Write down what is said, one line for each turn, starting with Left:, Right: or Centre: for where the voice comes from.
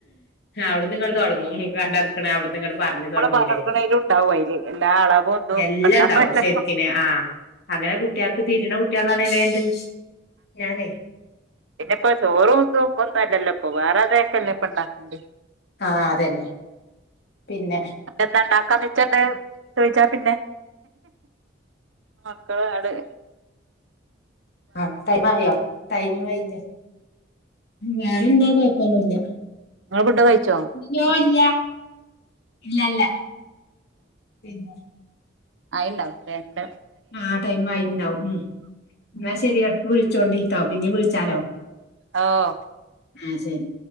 Left: അവിടന്ന് ഇങ്ങ തുടങ്ങും കടറക്കണ അവിടന്ന് ഇങ്ങ പറഞ്ഞു
Right: നമ്മള്
Left: തുടങ്ങൂലേ
Right: പറഞ്ഞെടുക്കണേലും ഉണ്ടാവും അയില് എല്ലാ അളവും ഇതും
Left: എല്ലാം
Right: ഉണ്ടാവല്ലോ
Left: ഉണ്ടാവും ശരിക്ക ആഹ് അങ്ങനെ കുട്ടികൾക്ക് തിരിയണ കുട്ടികളാണ് വേണ്ട് ഞാനേ
Right: ഇപ്പ ചോറും ഒന്നും ഒന്നുമല്ലല്ലോ ഇപ്പൊ വേറെ അതൊക്കെന്നെ ഒക്കെ ഉണ്ടാക്കണ്ട്
Left: ആഹ് അതന്നെ പിന്നെ
Right: എന്നിട്ട് എന്താ ഉണ്ടാകാൻ പറ്റാണ്ട് ചോയിച്ചാ പിന്നെ മക്കള ആടേ
Left: ആഹ് ടൈം ആയോ ടൈം കഴിഞ്ഞ് വേറെന്താ കൊഴപ്പൊന്നുല്ല
Right: നിങ്ങെ ഫുഡ് കഴിച്ചോ
Left: ഇല്ല ഇല്ല ഇല്ലല്ലാ പിന്നെ
Right: അയിണ്ടാവൂല്ലേ എന്റെ
Left: ആഹ് ആ ടൈം ആയിട്ട്ണ്ടാവും ഉം എന്നാൽ ശരി എപ്പോവും വിളിച്ചോണ്ടിരിക്കാ പിന്നേം വിളിച്ചാലോ
Right: ഓഹ്
Left: ആഹ് ശരി